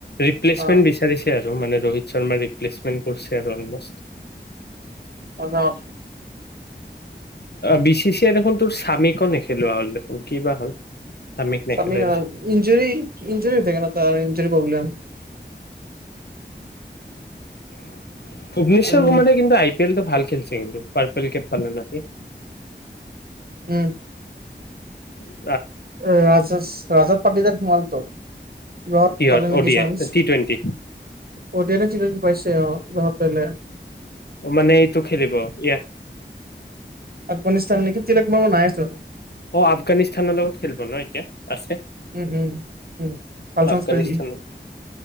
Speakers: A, on the left; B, on the right.
A: ৰিপ্লেচমেন্ট
B: অ'
A: বিচাৰিছে আৰু মানে। ৰোহিত শৰ্মাৰ ৰৰিপ্লেছমেণ্ট কৰিছে আৰু অলমোষ্ট।
B: সঁচা কথ
A: বি চি চি এ দেখোন তোৰ সামীক নেখেলোৱা হ'ল দেখোন কি বা হ'ল। স্বামীক নেখেলাই
B: সামীৰ
A: দেখোন।
B: ইঞ্জৰী ইঞ্জৰী হৈ থাকে ন' তাৰ ইঞ্জৰী প্ৰব্লেম।
A: <inaudible> ভূৱনেশ্বৰ
B: উম
A: কুমাৰে কিন্তু আই পি এলটো ভাল খেলছি কিন্তু পাৰপেল কেপ পালে ন' সি।
B: উম।
A: উম।
B: ৰাজা ৰাজত পাটিদাৰ সোমালটো। কিবা
A: কিহত
B: পালে নেকি
A: অ D
B: chance
A: I T twenty
B: Audi আই পাইছে অ'। <unintelligible>
A: মানে এইটো খেলিব ৰিয়া
B: আফগানিস্তা নেকি বেলেগ মানুহ নাইয়ে চোন। চল <unintelligible>
A: অ' আফগানিস্তানৰ লগত খেলিব ন এতিয়া? আছে
B: উম, উম, উম, কালচাৰ্চ
A: আফগানিস্তানৰ
B: পেৰি